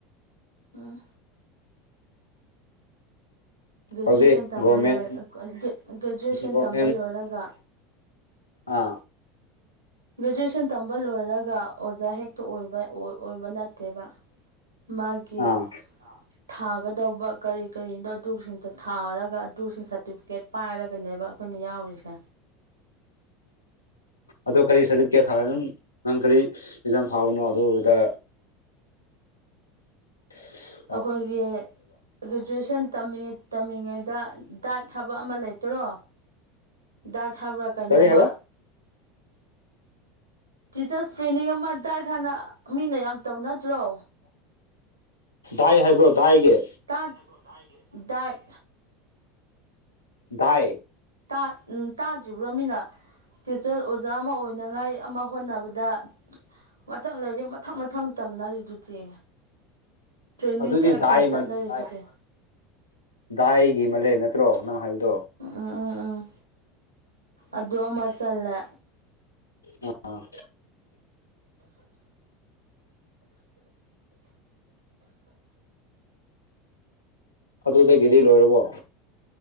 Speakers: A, on the right; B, on the left.
A: ꯑꯥ ꯒ꯭ꯔꯦꯖꯨꯌꯦꯁꯟ
B: ꯍꯧꯖꯤꯛ
A: ꯇꯝꯕ
B: ꯒꯣꯔꯃꯦꯟ
A: ꯂꯣꯏꯔꯥꯑꯒ ꯒ꯭ꯔꯦꯖꯨꯦꯁꯟ
B: ꯒꯣꯔꯃꯦꯟ
A: ꯇꯝꯕ ꯂꯣꯏꯔꯒ
B: ꯑꯥ
A: ꯒ꯭ꯔꯦꯖꯨꯑꯦꯁꯟ ꯇꯝꯕ ꯂꯣꯏꯔꯒ ꯑꯣꯖꯥ ꯍꯦꯛꯇ ꯑꯣꯏꯕ ꯑꯣꯏꯕ ꯅꯠꯇꯦꯕ ꯃꯥꯒꯤ
B: ꯑꯥ
A: ꯊꯥꯒꯗꯧꯕ ꯀꯔꯤ ꯀꯔꯤꯅꯣ ꯑꯗꯨꯁꯤꯡꯗꯣ ꯊꯥꯔꯒ ꯑꯗꯨꯁꯤꯡ ꯁꯥꯔꯇꯤꯐꯤꯀꯦꯠ ꯄꯥꯏꯔꯒꯅꯦꯕ ꯑꯩꯈꯣꯏꯅ ꯌꯥꯎꯔꯤꯁꯦ
B: ꯑꯗꯣ ꯀꯔꯤ ꯁꯥꯔꯇꯤꯐꯤꯀꯦꯠ ꯊꯥꯕꯪ ꯅꯪ-ꯅꯪ ꯀꯔꯤ ꯑꯦꯛꯖꯥꯝ ꯊꯥꯕꯅꯣ ꯑꯗꯨꯗ inaudible <inaudible>
A: ꯑꯩꯈꯣꯏꯒꯤ ꯒ꯭ꯔꯦꯖꯨꯦꯁꯟ ꯇꯝꯃꯤ-ꯇꯝꯃꯤꯉꯩꯗ ꯗꯥꯏꯠ ꯍꯥꯏꯕ ꯑꯃ ꯂꯩꯇꯔꯣ ꯗꯥꯏꯠ ꯍꯥꯏꯕ꯭ꯔꯥ ꯀꯩꯅꯣꯃ
B: ꯀꯔꯤ ꯍꯥꯏꯕ
A: ꯇꯤꯆꯔꯁ ꯇ꯭ꯔꯦꯅꯤꯡ ꯑꯃ ꯗꯥꯏꯠ ꯍꯥꯏꯅ ꯑ ꯃꯤꯅ ꯌꯥꯝ ꯇꯧꯅꯗꯔꯣ
B: ꯗꯥꯏ ꯍꯥꯏꯕ꯭ꯔꯣ ꯗꯥꯏꯒꯤ
A: ꯇꯥ ꯗꯥꯏꯠ
B: ꯗꯥꯏ
A: ꯇꯥ ꯎꯝ ꯇꯥꯗ꯭ꯔꯤꯕ꯭ꯔꯣ ꯃꯤꯅ ꯇꯤꯆꯔ ꯑꯣꯖꯥ ꯑꯃ ꯑꯣꯏꯅꯉꯥꯏ ꯑꯃ ꯍꯣꯠꯅꯕꯗ ꯃꯊꯪ ꯂꯩꯔꯤꯛ ꯃꯊꯪ ꯃꯊꯪ ꯇꯝꯅꯔꯤꯗꯨꯗꯤ ꯇ꯭ꯔꯦꯅꯤꯡ
B: ꯑꯗꯨꯗꯤ
A: ꯀꯌꯥ
B: ꯗꯥꯏ
A: ꯀꯌꯥ
B: ꯃꯂꯩ
A: ꯆꯠꯅꯔꯤ
B: ꯗꯥꯏ
A: ꯗꯨꯗꯤ
B: ꯗꯥꯏꯒꯤ ꯃꯂꯦ ꯅꯠꯇ꯭ꯔꯣ ꯅꯪ ꯍꯥꯏꯕꯗꯣ
A: ꯎꯝ ꯎꯝ ꯎꯝ ꯑꯗꯨ ꯑꯃ ꯆꯜꯂꯦ
B: ꯑꯥ ꯑꯥ ꯑꯗꯨꯗꯒꯤꯗꯤ ꯂꯣꯏꯔꯕꯣ